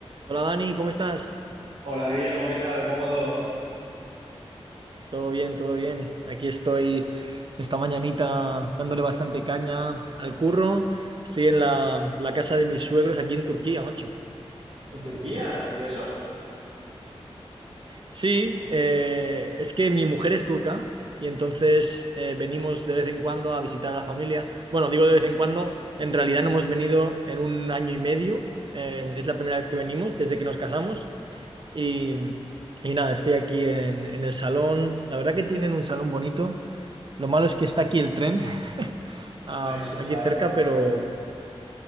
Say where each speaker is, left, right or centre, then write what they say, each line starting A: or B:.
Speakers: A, on the right; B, on the right.
A: Hola Dani, ¿cómo estás?
B: Hola Guillermo, ¿qué tal? ¿Cómo va todo?
A: Todo bien, todo bien. Aquí estoy esta mañanita dándole bastante caña al curro. Estoy en la, la casa de mis suegros aquí en Turquía, macho.
B: ¿En Turquía? ¿Y eso?
A: Sí, eh, es que mi mujer es turca y entonces eh, venimos de vez en cuando a visitar a la familia. Bueno, digo de vez en cuando, en realidad no hemos venido en un año y medio. Eh, es la primera vez que venimos desde que nos casamos. Y, y nada, estoy aquí en, en el salón. La verdad que tienen un salón bonito Lo malo es que está aquí el tren, <laughs> am,
B: Ahí escuchará
A: aquí cerca,
B: de fondo,
A: pero
B: claro.